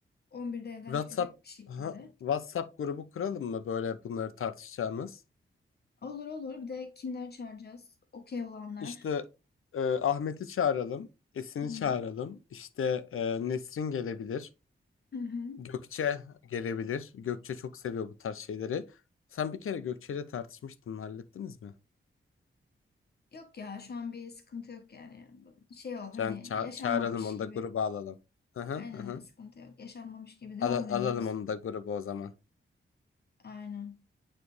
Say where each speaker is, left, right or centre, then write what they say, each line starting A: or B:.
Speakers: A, on the left; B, on the left.
A: 11'de evden
B: WhatsApp
A: çıkacak bir şekilde.
B: Aha, WhatsApp grubu kuralım mı böyle bunları tartışacağımız?
A: Olur olur. Bir de kimler çağıracağız? Okey olanlar.
B: İşte e, Ahmet'i çağıralım, Esin'i
A: Hı
B: çağıralım.
A: hı.
B: İşte e, Nesrin gelebilir,
A: Hı hı.
B: Gökçe gelebilir. Gökçe çok seviyor bu tarz şeyleri. Sen bir kere Gökçe'yle tartışmıştın, hallettiniz mi?
A: Yok ya şu an bir sıkıntı yok yani. Şey oldu hani
B: Yani ça-
A: yaşanmamış
B: çağıralım onu
A: gibi.
B: da gruba alalım. Hı hı
A: Aynen
B: hı. hı.
A: öyle, sıkıntı yok. Yaşanmamış gibi <laughs> devam
B: Ala- alalım
A: ediyoruz.
B: onu da gruba o zaman.
A: Aynen.